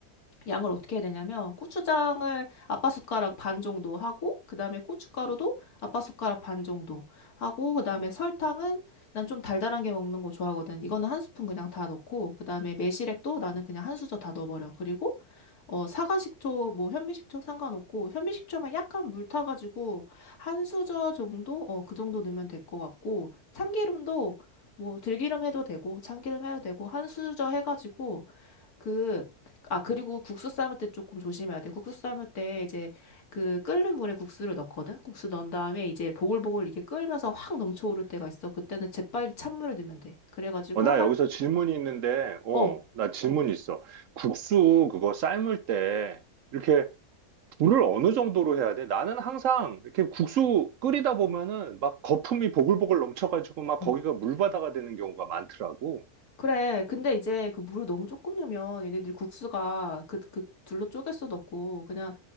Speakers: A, on the left; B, on the right.
A: 양을 어떻게 해야 되냐면 고추장을 아빠 숟가락 반 정도 하고 그다음에 고춧가루도 아빠 숟가락 반 정도 하고 그다음에 설탕은 난 좀 달달한 게 먹는 거 좋아하거든. 이거는 한 스푼 그냥 다 넣고 그다음에 매실액도 나는 그냥 한 수저 다 넣어버려. 그리고 어 사과식초 뭐 현미식초 상관없고 현미식초만 약간 물 타가지고 한 수저 정도 어 그 정도 넣으면 될 것 같고 참기름도 뭐 들기름 해도 되고 참기름 해도 되고 한 수저 해가지고 그, 아, 그리고 국수 삶을 때 조금 조심해야 돼. 국수 삶을 때 이제 그 끓는 물에 국수를 넣거든? 국수 넣은 다음에 이제 보글보글 이게 끓면서 확 넘쳐오를 때가 있어. 그때는 재빨리 찬물을 넣으면 돼. 그래가지고
B: 어, 나
A: 한,
B: 여기서 질문이 있는데, 어,
A: 어.
B: 나 질문 있어. 국수 그거 삶을 때 이렇게 물을 어느 정도로 해야 돼? 나는 항상 이렇게 국수 끓이다 보면은 막 거품이 보글보글 넘쳐가지고 막
A: 음.
B: 거기가 물바다가 되는 경우가 많더라고.
A: 그래. 근데 이제 그 물을 너무 조금 넣으면 얘네들이 국수가 그, 그 둘로 쪼갤 수도 없고 그냥